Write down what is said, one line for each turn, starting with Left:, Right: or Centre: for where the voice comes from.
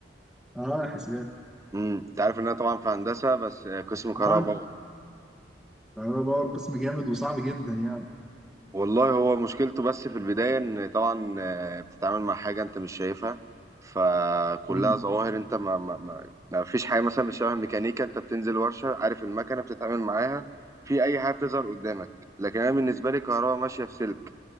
Centre: اه حاسبات
Right: امم انت عارف ان انا طبعا في هندسه بس قسم كهرباء
Centre: اه ده هو باور قسم جامد وصعب جدا يعني
Right: والله هو مشكلته بس في البداية إن طبعا آه، بتتعامل مع حاجة أنت مش شايفها فكلها
Centre: مم.
Right: ظواهر أنت ما, ما, ما, ما فيش حاجة مثلا مش شبه الميكانيكا أنت بتنزل ورشة عارف المكنة بتتعامل معاها في أي حاجة بتظهر قدامك لكن أنا بالنسبة لي الكهرباء ماشية في سلك